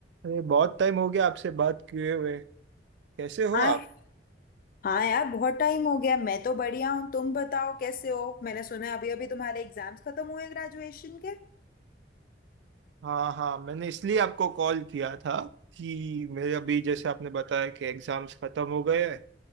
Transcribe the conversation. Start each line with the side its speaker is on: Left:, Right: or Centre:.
Right: अरे बहुत टाइम हो गया आपसे बात किए हुए कैसे हो
Left: हाँ
Right: आप
Left: हाँ यार बहुत टाइम हो गया मैं तो बढ़िया हूँ तुम बताओ कैसे हो मैंने सुना है अभी अभी तुम्हारे एग्जाम्स खत्म हुए ग्रेजुएशन के
Right: हाँ हाँ मैंने इसलिए आपको कॉल किया था कि मेरे अभी जैसे आपने बताया कि एग्जाम्स खत्म हो गए हैं।